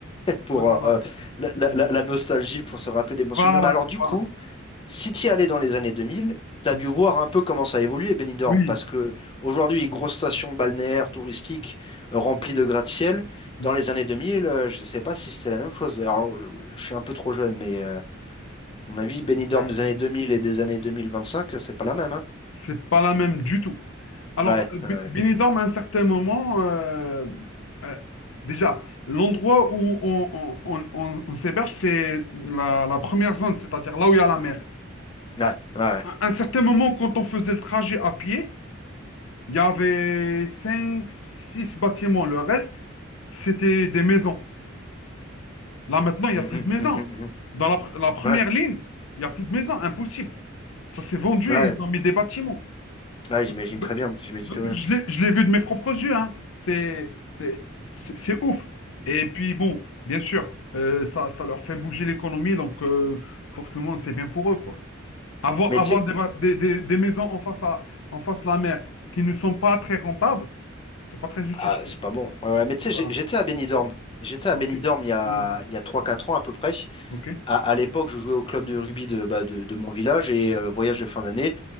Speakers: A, on the left; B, on the left.
A: pour
B: Voilà.
A: euh, la, la-
B: Mm.
A: la- nostalgie, pour se rappeler des bons
B: Voilà,
A: souvenirs. Mais alors, du
B: voilà.
A: coup, si tu y allais dans les années 2000, tu as
B: Mm.
A: dû voir un peu comment ça a évolué, Benidorm,
B: Oui,
A: parce que aujourd'hui, grosse station balnéaire touristique euh, remplie de gratte-ciel.
B: Mm.
A: Dans les années 2000, euh, je ne sais pas si c'était la même chose. Alors, je suis un peu trop jeune, mais euh, à mon avis, Benidorm
B: ben,
A: des années 2000 et des années 2025 c'est pas la même, hein?
B: c'est pas la même du tout. Alors,
A: Ouais,
B: euh, Be-
A: ouais,
B: Benidorm, à un certain moment, euh, euh, déjà, l'endroit où on, on, on- on- on s'héberge, c'est la, la première zone, c'est-à-dire là où il y a la mer.
A: ouais, ouais. Ouais,
B: À un certain moment, quand on faisait le trajet à pied, il y avait 5 6 bâtiments. Le reste, c'était des maisons. Là, maintenant, il
A: Mhm,
B: n'y a plus de maison.
A: mhm, mhm.
B: Dans la, pr- la première
A: Ouais,
B: ligne, il n'y a plus de maison. Impossible. Ça s'est vendu
A: ouais,
B: et ils ont mis des bâtiments.
A: ouais, j'imagine
B: Donc, de-
A: très bien, j'imagine
B: de-
A: très bien.
B: je l'ai je l'ai vu de mes propres yeux. hein. C'est, c'est, c'est, c'est ouf. Et puis, bon, bien sûr, euh, ça, ça leur fait bouger l'économie. Donc, euh, forcément, c'est bien pour eux, quoi. Avoir,
A: Mais
B: avoir
A: tu sais,
B: des, ba- des, des- des maisons en face à, en face de la mer qui ne sont pas très rentables, c'est pas très utile,
A: Ah,
B: je trouve.
A: c'est pas bon. Ouais, ouais. Mais tu sais,
B: Voilà.
A: j'ai- j'étais à Benidorm. J'étais à
B: OK.
A: Benidorm il y a,
B: Oh,
A: il y a trois quatre ans à peu près.
B: OK.
A: À, à l'époque, je jouais au club de rugby de, bah, de, de mon village et euh, voyage
B: OK.
A: de fin d'année.